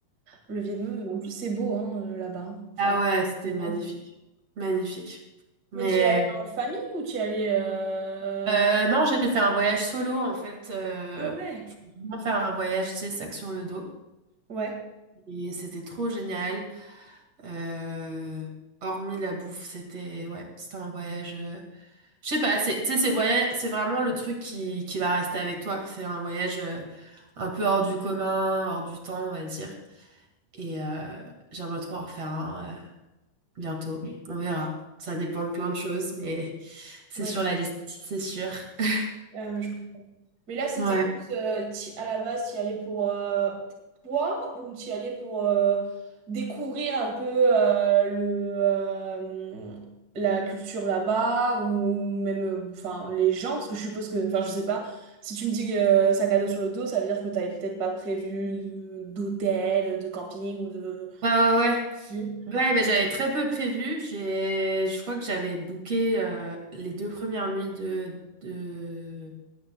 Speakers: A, on the right (about 30°); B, on the right (about 50°).
A: Le Vietnam, en plus, c'est beau hein, euh, là-bas. Enfin,
B: Ah ouais, c'était
A: ça donne
B: magnifique.
A: envie.
B: Magnifique. Mais
A: Mais tu y es allé en famille ou tu y es allé... euh,
B: euh, non, j'ai fait un voyage solo en fait. euh,
A: Ah ouais.
B: On faire un voyage, tu sais, sac sur le dos.
A: Ouais.
B: Et c'était trop génial. Euh, hormis la bouffe, c'était ouais, c'était un voyage. euh, Je sais pas, c'est, tu sais, c'est voyage, c'est vraiment le truc qui, qui va rester avec toi. C'est un voyage euh, un peu hors du commun, hors du temps, on va dire. Et euh, j'aimerais trop en refaire un euh, bientôt. On verra. Ça dépend de plein de choses, mais c'est
A: Ouais.
B: sur la liste, c'est sûr. <laughs>
A: Euh, je- Mais là, c'était
B: Ouais.
A: plus euh, t'y- à la base, tu y allais pour, euh, pour toi ou tu y allais pour euh, découvrir un peu euh, le, euh, la culture là-bas ou même euh, enfin, les gens, parce que je suppose que, enfin, je sais pas, si tu me dis euh, sac à dos sur le dos, ça veut dire que tu n'avais peut-être pas prévu de- d'hôtel, de camping ou de...
B: Ouais, ouais, ouais.
A: Oui.
B: Ouais, ben, j'avais très peu prévu. J'ai, je crois que j'avais booké euh, les deux premières nuits de, de